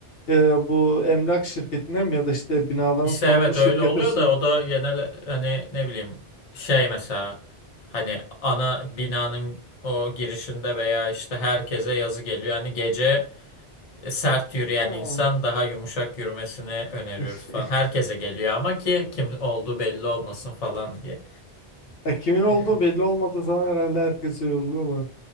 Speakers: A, on the left; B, on the left.
A: E, bu emlak şirketine mi ya da işte binadan
B: İşte
A: sorumlu
B: evet
A: şirkete
B: öyle oluyor
A: sö-
B: da o da genel hani ne bileyim şey mesela hani ana binanın o girişinde veya işte herkese yazı geliyor. Hani gece e, sert yürüyen
A: Ha.
B: insan daha yumuşak yürümesini öneriyoruz
A: <laughs>
B: falan. Herkese geliyor ama ki kim olduğu belli olmasın falan diye.
A: Ya kimin olduğu
B: Ee,
A: belli olmadığı zaman herhalde herkese yolluyorlar.